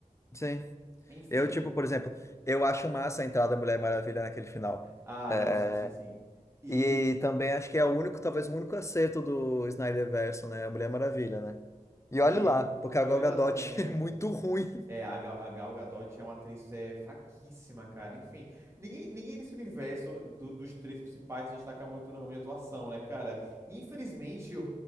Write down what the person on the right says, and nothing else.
Enfim.
Ah,
não, sim, sim, sim. E,
e,
e
olhe
lá também, é.
É, a Gal, a Gal Gadot é uma atriz é, fraquíssima, cara. Enfim, ninguém, ninguém nesse universo do- dos três principais se destaca muito no ramo de atuação, né, cara? Infelizmente, <laughs> o,